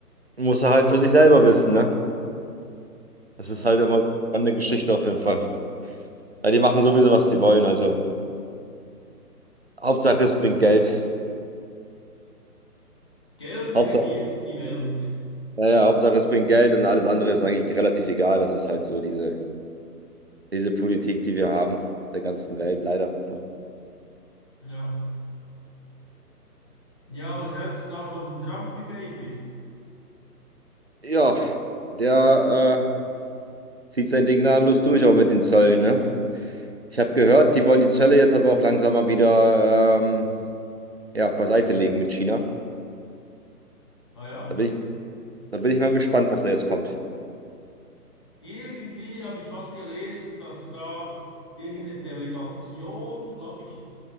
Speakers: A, on the right; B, on the left.
A: muss er halt für sich selber wissen, ne? Das
B: ja.
A: ist halt immer eine Geschichte auf jeden Fall. Weil die machen sowieso, was die wollen. Also Hauptsache es bringt Geld.
B: Geld
A: Hauptsache,
B: regiert die Welt.
A: ja, ja, Hauptsache es bringt Geld und alles andere ist eigentlich relativ egal. Das ist halt so diese, diese Politik, die wir haben, der ganzen Welt leider. Ne?
B: Ja. Ja, was hältst du denn da vom Trumpy-Baby?
A: Ja, der äh, zieht sein Ding gnadenlos durch, auch mit den Zöllen, ne? Ich habe gehört, die wollen die Zölle jetzt aber auch langsam mal wieder ähm, ja, beiseite legen mit China.
B: Ah ja.
A: Da bin ich Da bin ich mal gespannt, was da jetzt kommt.
B: Irgendwie habe ich was gelesen, dass da irgendeine Delegation, glaube ich,